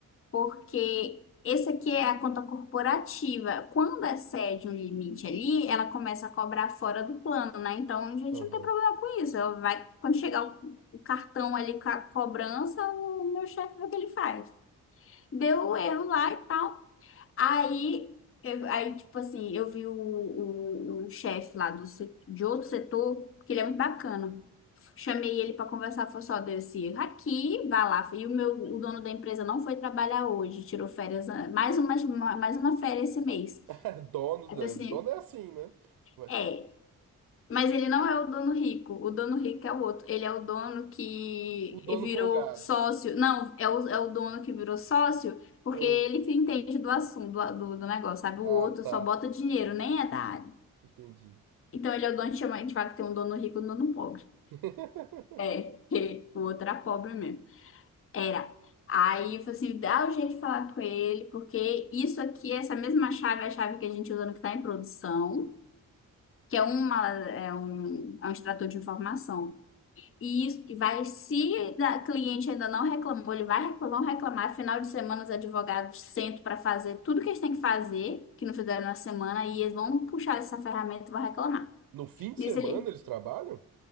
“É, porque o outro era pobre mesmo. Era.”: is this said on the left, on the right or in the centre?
Left